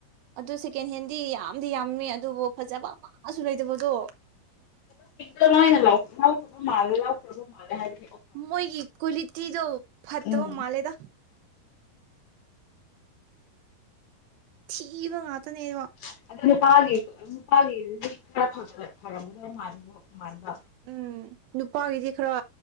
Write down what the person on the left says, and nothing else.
ꯗꯣꯅꯦ ꯂꯥꯛꯥꯎ ꯁ ꯃꯜꯦ ꯂꯥꯛꯑꯣ ꯁ ꯃꯥꯜꯦ ꯍꯥꯏ <unintelligible>
ꯎꯝ
<unintelligible> ꯐꯔꯝꯒꯗꯕ ꯃꯥꯟꯕꯨ ꯃꯥꯟꯕ